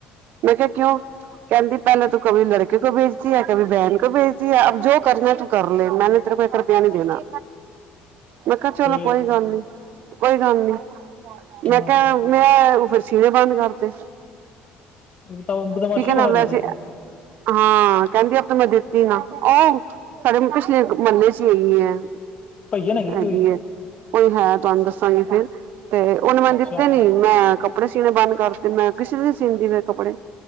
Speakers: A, on the right; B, on the left.
A: ਮੈਂ ਕਿਹਾ ਕਿਉਂ ਕਹਿੰਦੀ ਪਹਿਲੇ ਤੂੰ ਕਭੀ ਲੜਕੇ ਕੋ ਭੇਜਦੀ ਹੈ ਕਭੀ ਬਹਿਨ ਕੋ ਭੇਜਦੀ ਹੈ ਅਬ ਜੋ ਕਰਨਾ ਤੂੰ ਕਰ ਲੇ ਮੈਂਨੇ ਤੇਰੇ ਕੋ ਇੱਕ ਰੁਪਿਆ ਨੀ ਦੇਨਾ
B: <inaudible>
A: ਮੈਂ ਕਿਹਾ ਚਲੋ
B: ਫੇਰ
A: ਕੋਈ ਗੱਲ ਨੀ, ਕੋਈ ਗੱਲ ਨੀ,
B: ਹੂੰ
A: ਮੈਂ ਕਿਹਾ ਮੈਂ ਫਿਰ ਸੀਣੇ ਬੰਦ ਕਰਤੇ
B: ਇਹ ਤਾਂ ਬਦਮਾਸ਼ੀ
A: ਠੀਕ ਹੈ
B: ਵਿਖਾ
A: ਨਾ
B: ਰਹੀ
A: ਵੈਸੇ
B: ਸੀ
A: ਹਾਂ ਕਹਿੰਦੀ ਅਬ ਤੋ ਮੈਂ ਦੇਤੀ ਈ ਨਾ ਸਾਡੇ ਪਿਛਲੇ ਮੰਹਲੇ ਚ ਹੀ ਰਹਿਣੀ ਹੈ
B: ਭਈਅਨ
A: ਹੈਗੀ
B: ਕੋਈ
A: ਐ, ਕੋਈ ਹੈ ਤੁਹਾਨੂੰ ਦੱਸਾਂਗੇ ਫੇਰ ਤੇ ਉਹਨੂੰ ਮੈਂ
B: ਅੱਛਾ
A: ਦਿੱਤੇ ਨੀ, ਮੈਂ ਕੱ ਕੱਪੜੇ ਸੀਣੇ ਬੰਦ ਕਰਤੇ ਮੈਂ, ਕਿਸੇ ਦੇ ਨੀ ਸੀਂਦੀ ਮੈ ਕੱਪੜੇ